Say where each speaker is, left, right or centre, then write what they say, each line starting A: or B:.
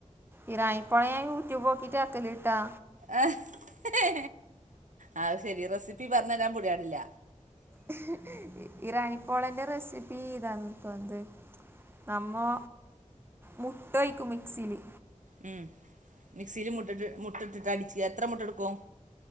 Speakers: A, on the right (about 15°); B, on the right (about 75°).
A: ഇറാനിപോള യൂട്യൂബുകിട്ടാക്കല്ട്ടാ
B: അഹ്ഹ് ഹെ ആ ശെരി റെസിപ്പി പറഞ്ഞു തരാൻ പൊടിയാടില്ല.
A: ഇഹ്ഹാഹ് ഇറാനിപ്പോളന്റെ റെസിപ്പി ഇറാനിപ്പോളാ നമ്മെ മുട്ടഴിക്കും മിക്സില്
B: മം മിക്സില് മുട്ടട്ട് മുട്ട ഇട്ടിട്ട് അടച്ച് എത്ര മുട്ടടുക്കും.